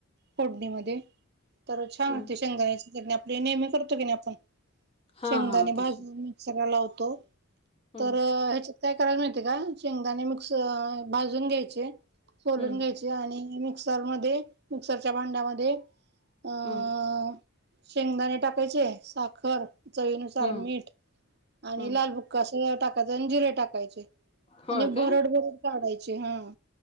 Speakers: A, on the right; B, on the left.
A: फोडणीमध्ये, तर छान
B: हम्म
A: होते शेंगदाण्याची चटणी, आपले नेहमी करतो की नाही आपण?
B: हा
A: शेंगदाणे
B: हा
A: भाजून
B: तशी
A: मिक्सरला लावतो,
B: हम्म
A: तर काय कराल माहितीका? शेंगदाणे मिक्स भाजून घ्यायचे, सोलून
B: हम्म
A: घ्यायचे ते आणि मिक्सर मध्ये, मिक्सरच्या भांड्यामध्ये अ
B: हम्म
A: शेंगदाणे टाकायचे, साखर, चवीनुसार
B: हम्म
A: मीठ आणि
B: हम्म
A: लालबुक्क कस टाकायचं आणि जिरे टाकायचे
B: होय
A: आणि भरड-भरड
B: काय
A: काढायचे, हं.